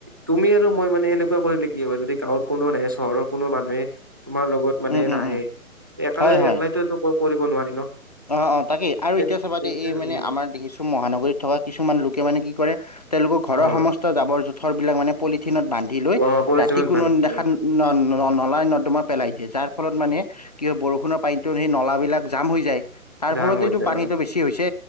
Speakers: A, on the right (about 15°); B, on the left (about 30°).
A: তুমি আৰু মই মানে এনেকুৱা কৰিলে কি হব? যদি গাঁৱৰ কোনো নাহে চহৰৰ কোনো মানুহে তোমাৰ লগত মানে
B: উম, উম,
A: নাহে,
B: উম,
A: একলাই
B: হয়, হয়।
A: একালাইতো কৰিব নোৱাৰি ন।
B: অ অ তাকেই আৰু
A: তেন
B: এতিয়া চাবা দেই এই মানে
A: উম
B: আমাৰ দেখিছো মহানগৰীত থকা কিছুমান লোকে মানে কি কৰে তেওঁলোকৰ ঘৰৰ
A: অ
B: সমস্ত জাবৰ জোথৰ বিলাক মানে পলিথিনত বান্ধি লৈ
A: অ প্ৰয়োজনত
B: ৰাতি কোনো
A: বান্ধি
B: নেদেখা
A: লয়।
B: ন ন নলাই নৰ্দমা পেলাই দিয়ে। যাৰ ফলত মানে কি হয় বৰষুণৰ পানীটোত, সেই নলাবিলাক জাম হৈ যায়। তাৰ
A: যাম
B: ফলতেইটো
A: হৈ যায়
B: পানীটো বেছি হৈছে।